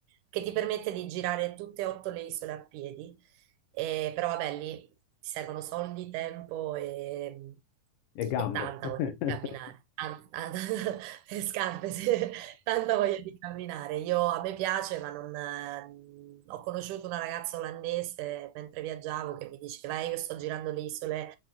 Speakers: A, on the right; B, on the left.
A: che ti permette di girare tutte e otto le isole a piedi. Eh, però vabbè, lì ti servono soldi, tempo e, ehm,
B: E gambe.
A: e tanta
B: <laughs>
A: voglia di camminare. An- an- <laughs> le scarpe, sì. Tanta voglia di camminare. Io, a me piace, ma non... eh, Ho conosciuto una ragazza olandese mentre viaggiavo che mi diceva, "Eh, io sto girando le isole